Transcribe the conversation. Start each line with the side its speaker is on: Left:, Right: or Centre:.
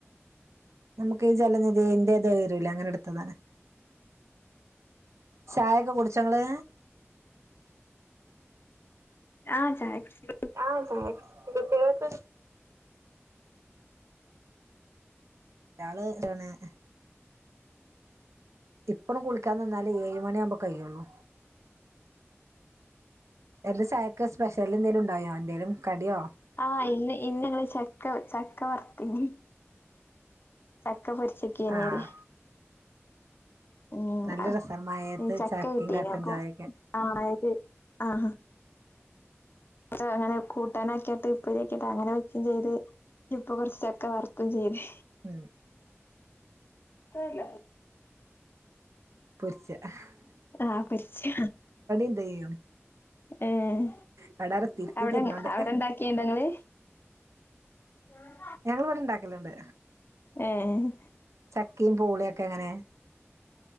Right: നമുക്കീജലനിധീന്റെ വരൂലേ, അങ്ങനെയെടുത്തതാ ചായൊക്കെകുടിച്ചൊ ങ്ങള്
Left: ആ.. ചായകുടിച്ചു
Right: ആ.. ഫോണിൽ കുട്ടികൾ <unintelligible> അയാള് <unintelligible> ഇപ്പളും കുളിക്കാ നിന്നാലെയ് മണി ആവുമ്പോ കയ്യുള്ളൂ എന്താ ചായക്ക് സ്പെഷ്യൽ എന്തേലും ഉണ്ടായോ എന്തേലും കടിയോ
Left: ആഹ് ഇന്ന് ഇന്നങ്ങള് ചക്ക ചക്ക വർത്തീനി <unintelligible> ഒക്കെ പൊരിച്ച്ക്കെനീ
Right: ആഹ്
Left: <unintelligible> ഓ <unintelligible>
Right: നല്ല രസാണ് മഴയത്ത്
Left: ഈ ചക്ക
Right: ചായക്കും
Left: കിട്ടീന
Right: കട്ടൻ
Left: അപ്പൊ
Right: ചായയൊക്കെ
Left: ആ അത് ആഹ് കൊർച്ച് അങ്ങനെ കൂട്ടാനൊക്കെട്ട് ഇപ്പഴക്കെട്ട് അങ്ങനെ വെക്കയും ചെയ്ത്. ഇപ്പൊ കുറച്ച് ചക്ക വർത്തും ചെയ്ത്.
Right: ഉം.
Left: തല്ല
Right: പൊരിച്ചാ. <unintelligible>
Left: ആ പൊരിച്ച
Right: എന്തെയ്യും
Left: ഏഹ്
Right: അവിടെ ആരോ തിരുത്തി
Left: അവിടെ
Right: തരുന്നുണ്ട്
Left: അവിടെണ്ടാക്കിയണ്ടങ്ങള് <unintelligible>
Right: ഞങ്ങള് ഇവിടെ ഇണ്ടാക്കല്ണ്ട്
Left: ഏഹ്
Right: ചക്കയും പൂളിയൊക്കെ ഇങ്ങനെ